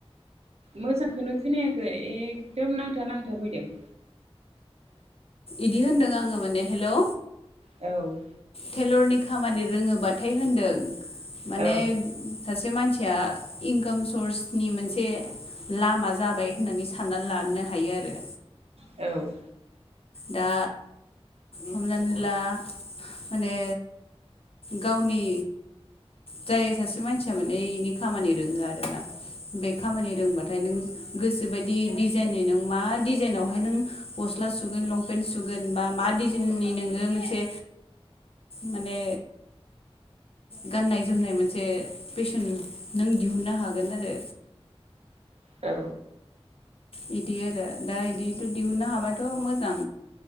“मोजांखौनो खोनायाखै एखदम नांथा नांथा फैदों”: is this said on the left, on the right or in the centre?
Right